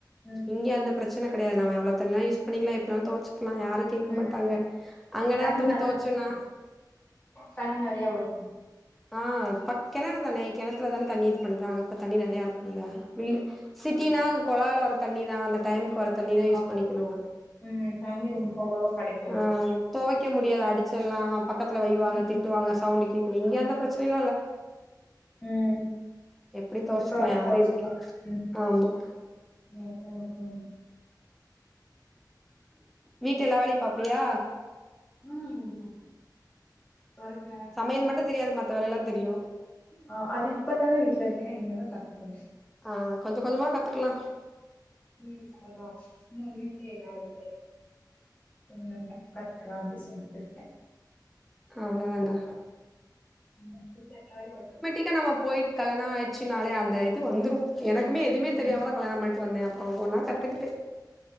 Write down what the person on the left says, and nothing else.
ம்.
ம்,
ம்.
தண்ணி
நல்லா
இருக்குமா? தண்ணி நெறையா வரு
ம்.
ஆமா.
ம். தண்ணி ரொம்ப அவ்வளவா கெடைக்காது.
ம்.
ஆமா.
ம்.
எப்ப வேணா
தொவச்சுக்கலாம்.
ம்.
ம் ம் ம்
ம் <unintelligible> தொறக்க
ஆ அது இப்பதானே வீட்ல இருக்கே இனிமேதா கத்துகனு
ம் அதா ம் வீட்லயே நா இருப்பே உன்ன ன்டெ கத் க்கலா அப்டின் சொல்ட்டு இருக்கே
ம் <unintelligible>
ம்.